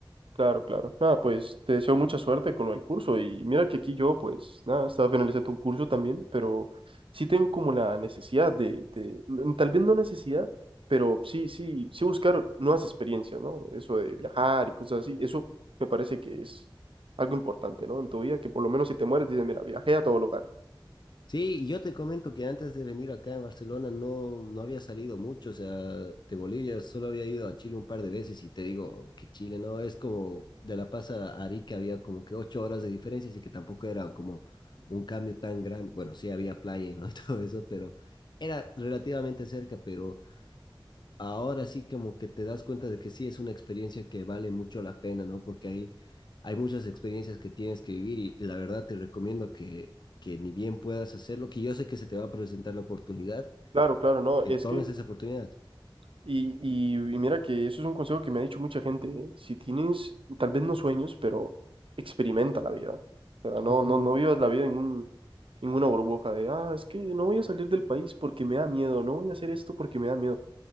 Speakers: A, on the right; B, on the left.
A: Claro, claro. Nada, pues te deseo mucha suerte con el curso. Y mira que aquí yo, pues, nada, estaba finalizando un curso también, pero sí tengo como la necesidad de, de, mm, tal vez no necesidad, pero sí, sí, sí buscar nuevas experiencias, ¿no? Eso de viajar y cosas así, eso me parece que es algo importante, ¿no? En tu vida, que por lo menos si te mueres, dices, mira, viajé a todo lugar.
B: Sí, yo te comento que antes de venir acá en Barcelona no, no había salido mucho, o sea, de Bolivia solo había ido a Chile un par de veces y te digo que Chile no es como de La Paz a Arica había como que ocho horas de diferencia, así que tampoco era como un cambio tan grande, bueno, sí había playa, ¿no? <laughs> y todo eso, pero era relativamente cerca, pero ahora sí como que te das cuenta de que sí es una experiencia que vale mucho la pena, ¿no? Porque hay, hay muchas experiencias que tienes que vivir y la verdad te recomiendo que, que ni bien puedas hacerlo, que yo sé que se te va a presentar la oportunidad,
A: Claro, claro, no,
B: que
A: es
B: tomes
A: que
B: esa oportunidad.
A: Y, y, y mira que eso es un consejo que me ha dicho mucha gente, ¿eh? Si tienes, tal vez no sueños, pero experimenta la vida. O sea, no,
B: Ujú.
A: no, no vivas la vida en un, en una burbuja de, ah, es que no voy a salir del país porque me da miedo, no voy a hacer esto porque me da miedo.